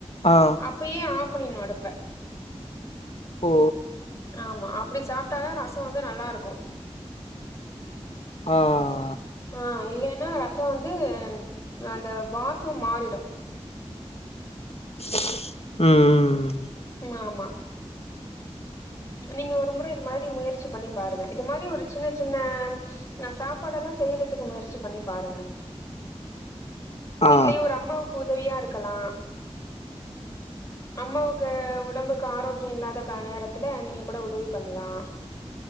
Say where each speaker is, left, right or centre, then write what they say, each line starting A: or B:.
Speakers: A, on the left; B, on the left.
A: ஆ
B: அப்பயே ஆஃப் ஆஃப்பன்னினு அடுப்ப
A: ஓ
B: ஆமா அப்டி சாப்ட்டா தான் ரசோ வந்து நல்லாருக்கும்
A: ஆஹ
B: ஆ இல்லைன் னா ரசம் வந்து அந்த வாசம் மாறிடும்
A: ஊஸ் உம் உம்
B: ம் ஆமா நீங்க ஒரு முறை இது மாதிரி முயற்ச் சி பண்ணி பாருங்க இது மாரி ஒரு சின்ன சின் சின்ன ஹ சாப்பாடெல்லாம் செய்யறதுக்கு முயற்சி பண்ணி பாருங்க வீட்லயே
A: ஆ
B: ஒரு அம்மாவுக்கு உதவியா இருக்கலாம் அம்மாவுக்கு உடம்புக்கு ஆரோக்கியம் இல்லாத கா நேரத் த்துல நீங்க கூட உதவி பண்லாம்.